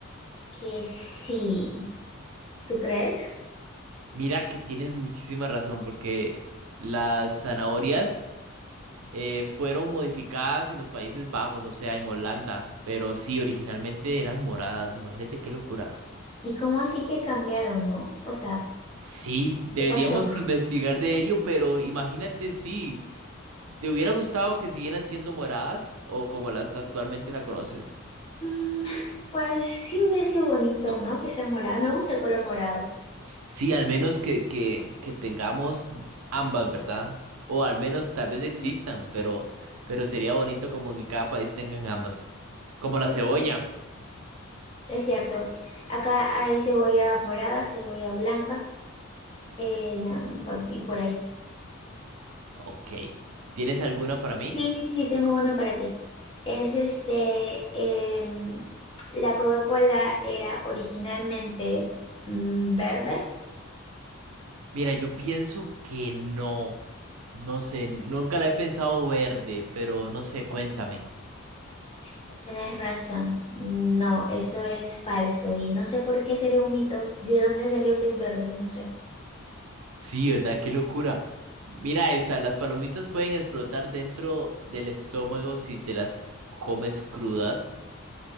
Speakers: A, on the left (about 25°); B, on the right (about 85°).
A: que sí. ¿Tú crees?
B: Mira que tienes muchísima razón porque las zanahorias eh, fueron modificadas en los Países Bajos, o sea, en Holanda. Pero sí, originalmente eran moradas. Imagínate qué locura.
A: ¿Y cómo así que cambiaron, no? O sea,
B: Sí, deberíamos
A: ¿qué pasó?
B: investigar de ello, pero imagínate si te hubiera gustado que siguieran siendo moradas o como las actualmente la conoces.
A: Mm, pues sí hubiera sido bonito, ¿no? Que sea morado. Me gusta el color morado.
B: Sí, al menos que, que, que tengamos ambas, ¿verdad? O al menos tal vez
A: Ujú,
B: existan, pero, pero sería bonito como que cada país tengan ambas. Como la
A: Pues
B: cebolla.
A: sí, es cierto. Acá hay cebolla morada, cebolla blanca. eh, nan- bueno, y por ahí.
B: Ok. ¿Tienes alguna para mí?
A: Sí, sí, sí, tengo una para ti. Es este, em, la Coca-Cola era originalmente mm, verde.
B: Mira, yo pienso que no. No sé, nunca la he pensado verde, pero no sé, cuéntame.
A: Pues tienes razón. No, eso es falso y no sé por qué sería un mito. ¿De dónde salió que es verde? No sé.
B: Sí, ¿verdad? Qué locura. Mira esa, las palomitas pueden explotar dentro del estómago si te las comes crudas.